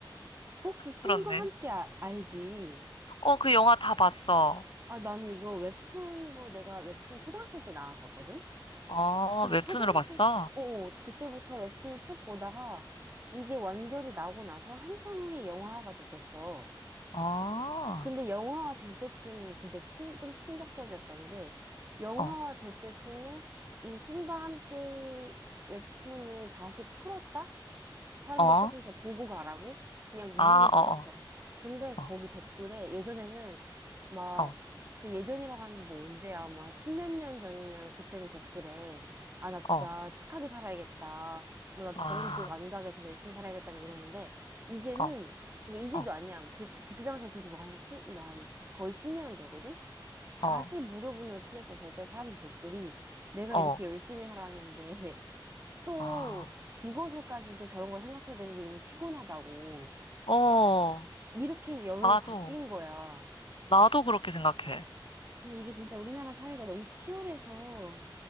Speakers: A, on the right; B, on the left.
A: 혹시 신과
B: 그렇네.
A: 함께 아- 알지?
B: 어, 그 영화 다 봤어.
A: 아, 나는 이거 웹툰도 내가 웹툰 초등학생 때 나왔었거든?
B: 어,
A: 그래서
B: 웹툰으로
A: 초등학생,
B: 봤어?
A: 어, 어, 그때부터 웹툰을 쭉 보다가, 이게 완결이 나고 나서 한참 후에 영화화가 됐었어.
B: 어,
A: 근데 영화화 될 때쯤에 진짜 충, 좀 충격적이었던 게 영화화
B: 어,
A: 될 때쯤에 이 신과 함께 웹툰을 다시 풀었다? 사람들이
B: 어,
A: 조금 더 보고 가라고 그냥 무료로
B: 아,
A: 풀었어.
B: 어,
A: 근데 거기
B: 어,
A: 댓글에 예전에는 막
B: 어, 어,
A: 진짜 예전이라고 하는 게 뭐 언제야? 뭐 한 십몇 년 전이면 그때는 댓글에 아, 나 진짜
B: 어,
A: 착하게 살아야겠다. 뭐 나도
B: 아,
A: 저런 지옥 안 가게 진짜 열심히 살아야겠다. 뭐 이랬는데 이제는
B: 어,
A: 그러니까 이제도
B: 어,
A: 아니야. 그 그때 당시에 그래도 뭐 한 십 뭐 한 거의 10년은 되거든. 다시
B: 어,
A: 무료분으로 풀렸었을 때 사람들 댓글이 내가
B: 어,
A: 이렇게 열심히 살았는데 또
B: 아.
A: 죽어서까지도 저런 걸 생각해야 되는 게 너무 피곤하다고.
B: 어,
A: 이렇게 여론이
B: 나도,
A: 바뀐 거야.
B: 나도 그렇게 생각해.
A: 근데 이게 진짜 우리나라 사회가 너무 치열해서